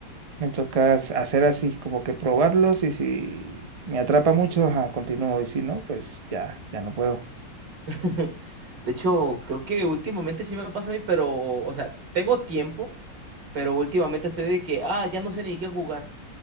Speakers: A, on the right; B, on the right.
A: Me toca as- hacer así, como que probarlos y si me atrapa mucho, ajá, continúo y si no, pues ya, ya no puedo.
B: <laughs> De hecho, creo que últimamente sí me pasa a mí, pero, o sea, tengo tiempo, pero últimamente estoy de que, ah, ya no sé ni qué jugar.